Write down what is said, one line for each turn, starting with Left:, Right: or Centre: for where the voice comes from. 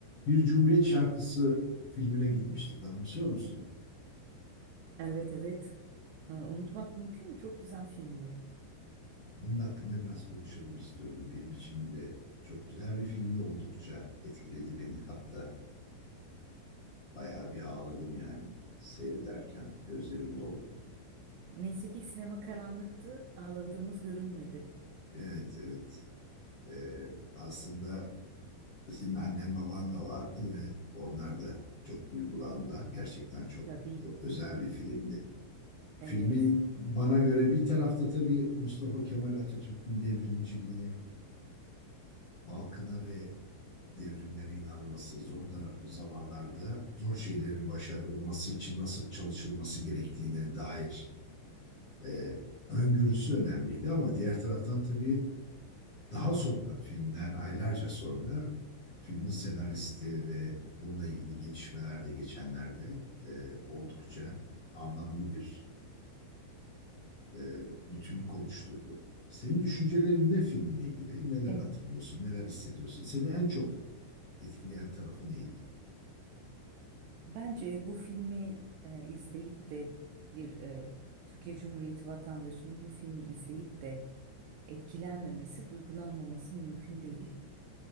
Left: Bir Cumhuriyet Şarkısı filmine gitmiştik, anımsıyor musun?
Right: Evet evet. Ee, Unutmak mümkün mü? Çok güzel filmdi.
Left: Bunun hakkında biraz konuşalım istiyorum. Benim için de çok güzel bir filmde oldukça etkiledi beni. Hatta bayağı bir ağladım yani seyrederken gözlerim doldu.
Right: Neyse ki sinema karanlıktı. Ağladığımız görülmedi.
Left: Evet, evet. Ee, aslında senin annen baban da vardı ve onlar da çok duygulandılar. Gerçekten çok,
Right: Tabii.
Left: çok özel bir filmdi.
Right: Evet.
Left: Filmin bana göre bir tarafta tabii Mustafa Kemal Atatürk'ün devrimciliği, halkına ve devrimlere inanması, zor da zamanlarda zor şeylerin başarılması için nasıl çalışılması gerektiğine dair e, öngörüsü önemliydi. Ama diğer taraftan tabii daha sonra filmden aylarca sonra filmin senaristi ve bununla ilgili gelişmeler de geçenlerde e, oldukça anlamlı bir e, bütünlük oluşturdu. Senin düşüncelerin ne filmle ilgili? Neler
Right: E,
Left: hatırlıyorsun? Neler hissediyorsun? Seni en çok etkileyen tarafı neydi?
Right: Bence bu filmi e, izleyip de bir e, Türkiye Cumhuriyeti vatandaşının bu filmi izleyip de etkilenmemesi, duygulanmaması mümkün değil.